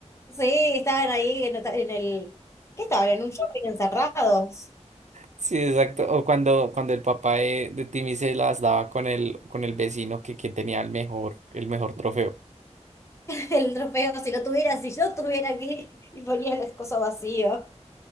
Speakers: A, on the left; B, on the right.
A: Sí, estaban ahí en, en el... ¿Qué estaban? En un shopping encerrados.
B: Sí, exacto. O cuando, cuando el papá de, de Timmy se las daba con el, con el vecino que quien tenía el mejor, el mejor trofeo.
A: el trofeo, si lo tuviera, si yo estuviera aquí y ponía el escozo vacío.